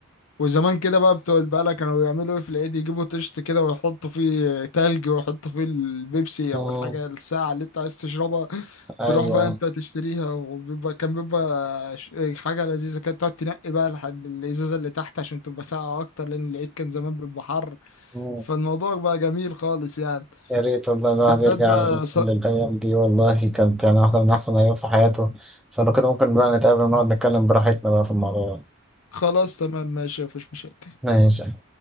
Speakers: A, on the left; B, in the centre.
A: وزمان كده بقى بتوع البقالة كانوا بيعملوا ايه في العيد يجيبوا طشت كده ويحطوا فيه تلج ويحطوا فيه البيبسي
B: اه
A: او الحاجة الساعة اللي انت عايز تشربها
B: أيوة
A: تروح بقى انت تشتريها وبيبقى كان بيبقى ش- حاجة لذيذة كانت تقعد تنقي بقى لحد الازازة اللي تحت عشان تبقى ساقعة اكتر لان العيد كان زمان بيبقى حر
B: مم.
A: فالموضوع بقى جميل خالص يعني
B: يا ريت والله الواحد
A: بالذات
B: يرجع
A: بقى
B: ل-
A: ص...
B: للأيام دي والله كانت يعني واحدة من أحسن الأيام في حياته فلو كده ممكن بقى نتقابل ونقعد نتكلم براحتنا بقى في الموضوع ده
A: خلاص تمام ماشي مفيش مشاكل
B: ماشي